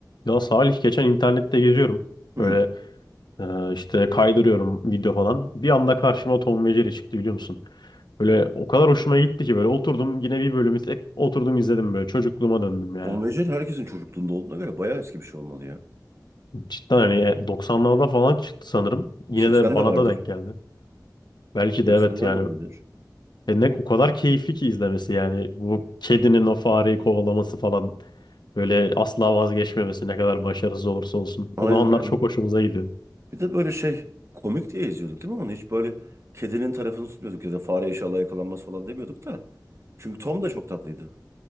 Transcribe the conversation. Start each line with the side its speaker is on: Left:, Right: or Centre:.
Left: Ya Salih geçen internette geziyorum.
Right: Hı.
Left: Böyle e, işte kaydırıyorum video falan. Bir anda karşıma Tom ve Jerry çıktı biliyor musun? Böyle o kadar hoşuma gitti ki böyle oturdum yine bir bölümü tek oturdum izledim böyle çocukluğuma döndüm yani.
Right: Konvejel herkesin çocukluğunda olduğuna göre bayağı eski bir şey olmalı ya.
Left: Cidden hani 90'larda falan çıktı sanırım. Yine
Right: 80
Left: de bana
Right: vardır.
Left: da denk geldi. Belki
Right: 80'ler
Left: de evet yani.
Right: de olabilir.
Left: E ne o kadar keyifli ki izlemesi yani. Bu kedinin o fareyi kovalaması falan. Böyle asla vazgeçmemesi ne kadar başarısız olursa olsun.
Right: Aynen
Left: O zamanlar
Right: aynen.
Left: çok hoşumuza gidiyordu.
Right: Bir de böyle şey komik diye izliyorduk değil mi onu? Hiç böyle kedinin tarafını tutmuyorduk ya da fare inşallah yakalanmaz falan demiyorduk da. Çünkü Tom da çok tatlıydı.